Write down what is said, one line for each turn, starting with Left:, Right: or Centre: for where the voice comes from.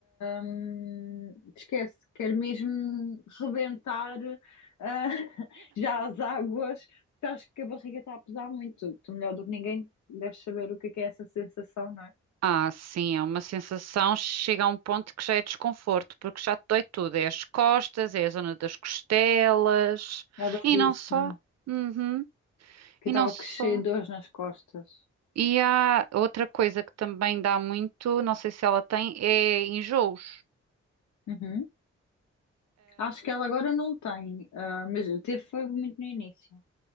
Left: hum, esquece, quer mesmo rebentar ah, <laughs> já as águas, porque acho que a barriga está a pesar muito. Tu, melhor do que ninguém, deves saber o que é que é essa sensação, não é?
Right: Ah, sim, é uma sensação, chega a um ponto que já é desconforto, porque já te dói tudo, é as costas, é a zona das costelas,
Left: Ela
Right: e
Left: disse-me
Right: não só, Uhum,
Left: que
Right: E
Left: estava
Right: não só.
Left: cheia de dores nas costas.
Right: E há outra coisa que também dá muito, não sei se ela tem, é enjoos.
Left: Uhum. Acho que ela agora não tem, ah, mas teve foi muito no início.